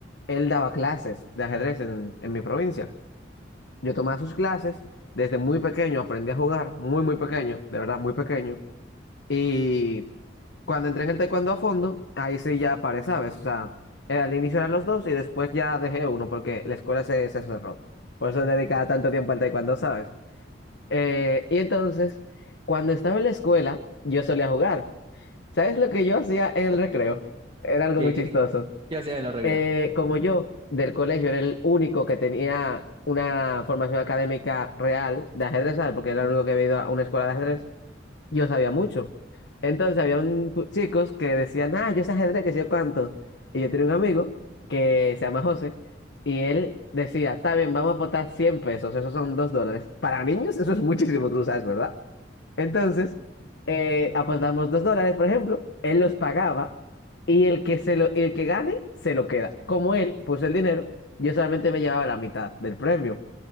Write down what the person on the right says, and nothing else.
¿Qué,
qué,
qué hacía en los recreos?